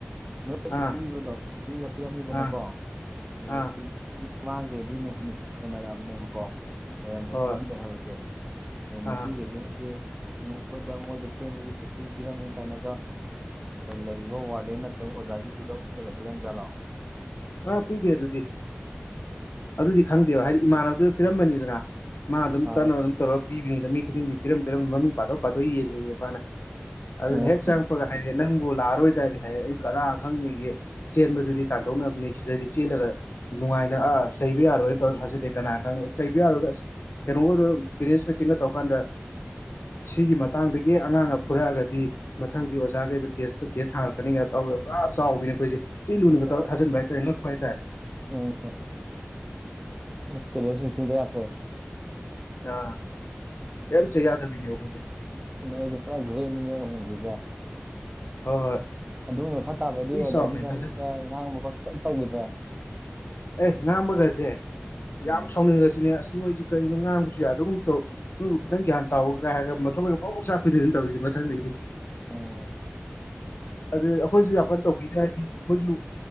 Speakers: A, on the right (about 15°); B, on the left (about 70°).
A: ꯅꯣꯏ ꯆꯤꯊꯤ
B: ꯑꯥ
A: ꯏꯕꯗꯣ ꯆꯤꯊꯤ ꯏ ꯔꯥ ꯄꯤꯔꯝꯃꯤꯗꯅꯀꯣ
B: ꯑꯥ
A: ꯑꯗ
B: ꯑꯥ
A: ꯁꯤꯗꯤ ꯃꯥꯡꯈ꯭ꯔꯦꯗꯤ ꯅꯤꯝꯐꯨ ꯅꯤꯝꯐꯨ ꯁꯣꯟꯅꯔꯛꯑꯕꯅꯦꯕꯀꯣ ꯂꯩꯔꯝꯗ꯭ꯔꯦ
B: ꯍꯣꯏ
A: ꯈꯣꯠꯂꯝꯗꯦ ꯍꯥꯏꯕꯁꯦ ꯑꯗꯨ ꯅꯨꯄꯤꯈꯩꯗꯨꯅ
B: ꯑꯥ
A: ꯍꯥꯏꯗꯤ ꯃꯣꯏꯗ ꯆꯦꯟꯕꯒꯤ ꯆꯤꯊꯤ ꯄꯤꯔꯝꯃꯤ ꯀꯥꯏꯅꯒ ꯂꯩꯔꯤꯕ ꯋꯥꯔꯗꯦꯟ ꯅꯠꯇ꯭ꯔꯒ ꯑꯣꯖꯥꯁꯤꯡꯗꯨꯗ ꯎꯠꯂꯒ ꯄꯤꯔꯝꯖꯥꯠꯂꯑꯣ
B: ꯑ ꯄꯤꯗꯦ ꯑꯗꯨꯗꯤ ꯑꯗꯨꯗꯤ ꯈꯪꯗꯦꯕ ꯍꯥꯏꯗꯤ ꯏꯃꯥꯟꯅꯕꯗꯨꯅ ꯄꯤꯔꯝꯕꯅꯤꯗꯅ ꯃꯥ ꯑꯗꯨꯝ
A: ꯑ
B: ꯇꯞꯅ ꯑꯗꯨꯝ ꯇꯧꯔꯒ ꯄꯤꯕꯅꯤꯗ ꯃꯤ ꯈꯨꯗꯤꯡꯒꯤ ꯄꯤꯔꯝ ꯄꯤꯔꯝ ꯃꯃꯤꯡ ꯄꯥꯊꯣꯛ ꯄꯥꯊꯣꯛ ꯌꯦꯜꯂꯤꯑ ꯃꯥꯅ ꯑꯗꯨꯅꯦ
A: ꯎꯝ
B: ꯍꯦꯛ ꯆꯪ ꯀꯄꯒ ꯍꯥꯏꯔꯦ ꯅꯪꯕꯨ ꯂꯥꯛꯑꯔꯣꯏꯗꯔꯅꯦ ꯍꯥꯏ ꯑꯩ ꯀꯗꯥ ꯈꯪꯅꯤꯒꯦ ꯆꯦꯟꯕꯗꯨꯗꯤ ꯇꯥꯟꯊꯣꯛꯅꯕꯅꯤ ꯁꯤꯗꯗꯤ ꯆꯦꯜꯂꯒ ꯅꯨꯡꯉꯥꯏꯅ ꯑꯥ ꯆꯩꯕ ꯌꯥꯔꯣꯏꯅ ꯇꯧꯔ ꯊꯥꯖꯤꯜꯂꯤ ꯀꯅꯥ ꯀꯅꯥꯅ ꯆꯩꯕ ꯌꯥꯔꯣꯏꯒ ꯑꯁ ꯀꯩꯅꯣꯒꯗꯨ ꯄꯦꯔꯦꯟꯁ ꯃꯤꯇꯤꯡꯒ ꯇꯧꯔꯀꯥꯟꯗ ꯁꯤꯒꯤ ꯃꯇꯥꯡꯗꯒꯤ ꯑꯉꯥꯡꯅ ꯐꯨꯔꯛꯑꯒꯗꯤ ꯃꯊꯪꯗꯤ ꯑꯣꯖꯥꯈꯩꯗꯣ ꯀꯦꯁ ꯀꯦꯁ ꯊꯥꯡꯔꯛꯀꯅꯤ ꯀꯥꯏ ꯀꯧꯏ ꯄꯨꯔꯥ ꯆꯥꯎꯋꯤꯅꯦ ꯑꯩꯈꯣꯏꯁꯦ ꯇꯤ ꯂꯨꯅꯒ
A: ꯑꯣ
B: ꯇꯧꯔ ꯊꯥꯖꯤꯟꯕ ꯍꯥꯏꯇꯥꯔꯦ ꯉꯞꯄ ꯍꯥꯏꯇꯥꯔꯦ
A: ꯎꯝ ꯀꯗ ꯄꯦꯔꯦꯟꯁ ꯃꯤꯇꯤꯡ ꯂꯥꯛꯈꯔꯦ
B: ꯑꯥ ꯀꯝ ꯆꯩ ꯌꯥꯗꯕꯤꯅꯤꯈꯣꯏꯁꯦ
A: ꯅꯣꯡꯣꯏꯖ ꯄꯨꯔꯥ ꯒꯔ꯭ꯦꯠ ꯅꯤꯅꯦ ꯑꯣꯏꯍꯟ ꯒ꯭ꯔꯤꯖꯥ
B: ꯍꯣꯏ ꯍꯣꯏ
A: ꯑꯗꯨꯒꯤ ꯃꯈꯥ ꯇꯥꯕꯗꯤ
B: ꯊꯤ
A: ꯑꯣꯖꯥꯁꯤꯡꯅ
B: ꯆꯥꯎꯅꯦ ꯊꯥꯖꯤꯜꯂꯤꯁꯦ
A: ꯅꯣꯏꯗ ꯉꯥꯡꯕ ꯈꯣꯠꯄ ꯀꯔꯤꯝ ꯇꯧꯈꯤꯗ꯭ꯔꯦ
B: ꯑꯦ ꯉꯥꯡꯕꯒꯁꯦ ꯌꯥꯝ
A: ꯎꯝ
B: ꯁꯥꯎꯅꯤꯡꯉꯁꯨꯅꯦ ꯑꯁ ꯅꯣꯏꯁꯦ ꯀꯩꯅꯣ ꯉꯥꯡꯕꯁꯨ ꯌꯥꯗꯒꯨꯝ ꯇꯧ ꯅꯣꯏꯕꯨ ꯈꯤꯇꯪ ꯒ꯭ꯌꯥꯟ ꯇꯥꯎꯒ ꯍꯥꯏꯔꯒ ꯃꯊꯃꯣꯏꯒ ꯄꯔꯣꯛ ꯄꯔꯣꯛ ꯆꯥꯛꯄꯤꯗꯨꯅꯦ ꯇꯧꯔꯤꯁꯦ ꯃꯊꯪꯗꯩꯗꯤ
A: ꯑꯣ
B: ꯑꯗꯨꯗ ꯑꯩꯈꯣꯏꯁꯨ ꯌꯥꯝ ꯀꯟꯅ ꯇꯧꯕꯤꯗꯦ ꯍꯥꯏꯗꯤ ꯑꯩꯈꯣꯏꯁꯨ